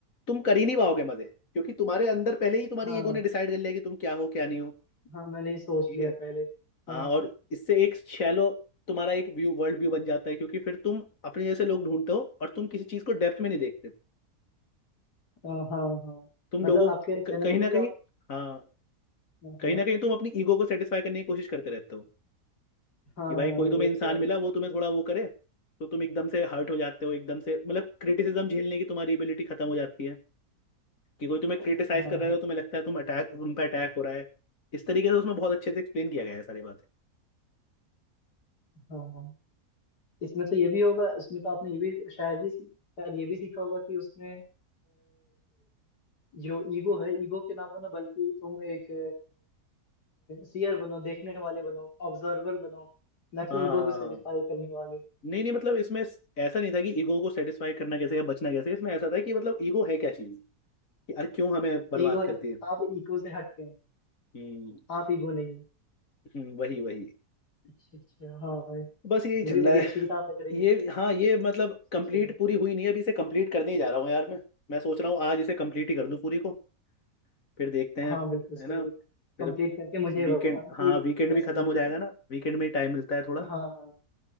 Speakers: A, on the left (about 55°); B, on the left (about 85°).
A: तुम कर ही नहीं पाओगे मजे क्योंकि तुम्हारे अंदर पहले ही तुम्हारी
B: हाँ
A: ईगो ने डिसाइड कर लिया कि तुम क्या हो क्या नहीं हो
B: हाँ मैंने ये सोच
A: ठीक
B: लिया
A: है
B: पहले हाँ
A: हाँ और
B: हाँ
A: इससे एक शैलो तुम्हारा एक व्यू वर्ल्ड व्यू बन जाता है क्योंकि फिर तुम अपने जैसे लोग ढूंढते हो और तुम किसी चीज को डेप्थ में नहीं देखते
B: हाँ हाँ हाँ
A: तुम
B: मतलब
A: लोगों
B: आपके कहने
A: क- कहीं
B: का मतलब
A: ना कहीं
B: जो आप-
A: हाँ
B: हाँ
A: कहीं
B: हाँ
A: ना कहीं तुम अपनी ईगो को सेटिस्फाई करने की कोशिश करते रहते हो
B: हाँ
A: कि भाई
B: हाँ,
A: कोई
B: ये
A: तुम्हें इंसान
B: तो है
A: मिला वो तुम्हें थोड़ा वो करे तो तुम एकदम से हर्ट हो जाते हो एकदम से मतलब क्रिटिसिज्म झेलने की तुम्हारी एबिलिटी खत्म हो जाती है कि कोई तुम्हें क्रिटिसाइज
B: हाँ
A: कर रहा
B: हाँ
A: है तो तुम्हें लगता है तुम अटैक तुम पे अटैक हो रहा है इस तरीके से उसमें बहुत अच्छे से एक्सप्लेन किया गया है सारी बातें
B: हाँ हाँ इसमें तो ये भी होगा इसमें तो आपने ये भी शायद ही सी- शायद ये भी सीखा होगा कि उसमें अ, जो ईगो है ईगो के ना बनो बल्कि तुम एक सीयर बनो देखने वाले बनो ऑब्जर्वर बनो ना कि
A: हाँ
B: ईगो
A: हाँ
B: को
A: हाँ।
B: सेटिस्फाई
A: हाँ।
B: करने वाले
A: नहीं नहीं मतलब इसमें ऐसा नहीं था कि ईगो को सेटिस्फाई करना कैसे या बचना कैसे इसमें ऐसा था कि मतलब ईगो है क्या चीज़ कि यार क्यों हमें बर्बाद
B: ईगो
A: करती है
B: आप ईगो से हटके हैं
A: हम्म
B: आप ईगो नहीं है
A: हम्म, वही वही
B: अच्छा अच्छा हाँ
A: बस यही
B: ये
A: चल
B: भी बड़ी
A: रहा
B: अच्छी
A: है
B: किताब लग रही है
A: ये हाँ ये मतलब
B: अच्छा
A: कंप्लीट
B: अच्छा
A: पूरी हुई नहीं है अभी इसे कंप्लीट करने ही जा रहा हूँ यार मैं मैं सोच रहा हूँ आज इसे कंप्लीट ही कर दूँ पूरी को फिर देखते हैं
B: हाँ बिल्कुल सही
A: है ना फिर
B: कंप्लीट करके मुझे
A: वीकेंड
B: बताना कि
A: हाँ वीकेंड
B: कैसी
A: भी खत्म
B: लगी
A: हो जाएगा
B: है
A: ना वीकेंड में टाइम मिलता है थोड़ा
B: हाँ